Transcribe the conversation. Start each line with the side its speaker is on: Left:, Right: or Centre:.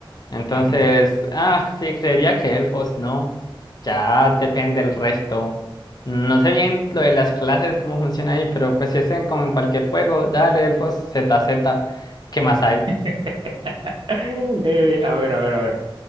Left: Entonces,
Right: Ujú.
Left: ah, sí, creería que elfos no. Ya depende el resto. No sé bien lo de las clases, cómo funciona ahí, pero pues si es en- como en cualquier juego, dale elfos z z, ¿qué más hay?
Right: <laughs> Eh, a ver, a ver, a ver.